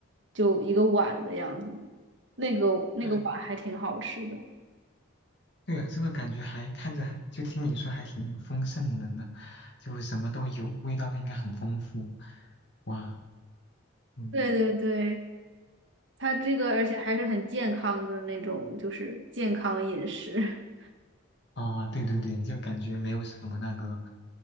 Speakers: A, on the right; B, on the left.
A: 就一个碗的样子，那个那个碗还挺好吃的。
B: 那对啊，这个感觉还看着，就听你说还挺丰盛的呢，就什么都有，味道应该很丰富。哇，嗯，
A: 对对对，它这个而且还是很健康的那种，就是健康饮食。<laughs>
B: 哦，对对对，就感觉没有什么那个，